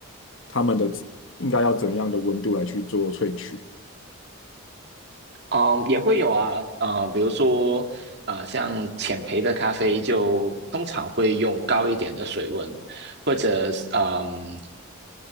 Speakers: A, on the left; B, on the right.
A: 他们的应该要怎样的温度来去做萃取？
B: 嗯，也会有啊，呃，比如说，啊，像浅焙的咖啡就通常会用高一点的水温，或者是，嗯，